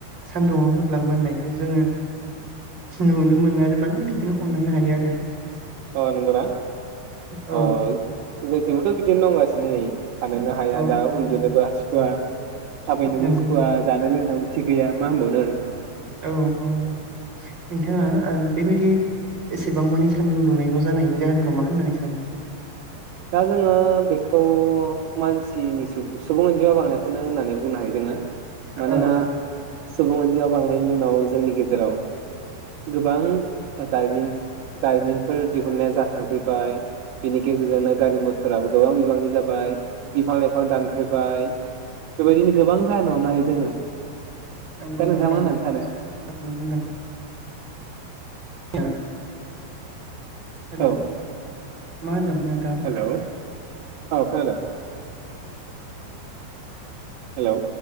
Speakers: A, on the right; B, on the right.
A: सानदुंआव होब्ला मोननायखौ जोङो नुनो मोनो आरो माने बिदिनो हमदांनो हायो आरो।
B: अ नोंगो ना
A: औ
B: अ जोंथिबोथ' बिदिनो दंगासिनो नै थाननो हाया
A: औ
B: दा उन्दुनोबो सुखुवा थाबायनोबो
A: नंगौ
B: सुखुवा
A: नोंथां
B: जानाय लोंनो थिग गैया मा होनबावनो आरो
A: औ औ नोंथाङा बेबायदि एसेबां मानि सानदुं दुंनायखौ जानायनि जाहोनखौ मा होननानै सानो?
B: दा जोङो बेखौ मानसिनि सुबुं अनजिमा बांनायखौनो होननानै बुंनो हायो जोङो। मानोना
A: औ औ
B: सुबुं अनजिमायाव बांनायनि उनाव जोंनि गेजेराव गोबां दारिमिनफोर दिहुननाया जाखांफैबाय बिनि गेजेरजोंनो गारि मथराबो गोबां बिबांनि जाबाय बिफां लाइफां दानफैबाय बेबायदिनो गोबां जानो हमनो हायो जोङो।
A: नोंगौ
B: दा
A: नोंथा
B: नोंथाङा मा होननानै
A: नोंथांआ
B: सानो
A: सैथो बाथ्राखौनो बुंदों। <unintelligible> हेल'
B: औ
A: मा होनदों? नोंथांआ
B: हेलौ औ खोनादों। हेलौ